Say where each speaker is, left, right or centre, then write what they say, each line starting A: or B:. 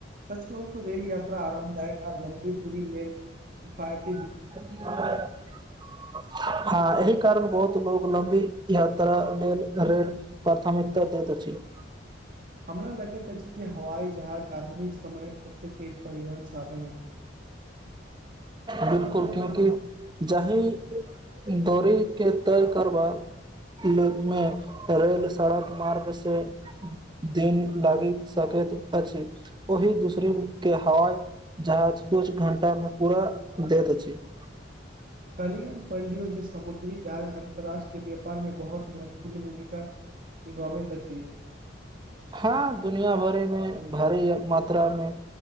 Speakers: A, on the right; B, on the right.
A: सच कहूो रेल यात्रा आरामदायक आ लम्बी दूरी लेल कफायत। <unintelligible>
B: <unintelligible> हँ एहिह कारण बहुत लोक। अलम्बी यात्रा लेल- लेल प्राथमिकता दैत अछि। <unintelligible>
A: हमरा लगे तऽ चीजे हवई जहाज। <unintelligible> आधुनिक समयक सबसँ तेज परिवहन साधन हो छै।
B: बिलकुल क्यूकि जाहि- दौरी के तय करबा मे रेल सड़क मार्ग से दिन लागि सकैत अछि ओहि दूसर के हवाई जहाज कुछ घं्टामे। पूरा दैत अछि छै। <unintelligible>
A: कलिय पढ़ लियौ जे समुद्री जड़ अन्तर्राष्ट्रीय व्यापार में बहुत महत्वपूर्ण भूमिका। क नि बबै त अति।
B: हँ दुनििया भरिमे भारी मात्रामे